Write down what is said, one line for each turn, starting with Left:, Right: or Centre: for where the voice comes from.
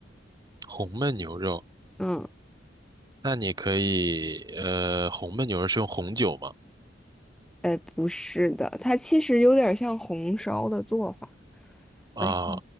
Right: 红焖牛肉。
Centre: 嗯。
Right: 那你可以，呃，红焖牛肉是用红酒吗？
Centre: 哎，不是的，它其实有点像红烧的做法。
Right: 啊，
Centre: 然后，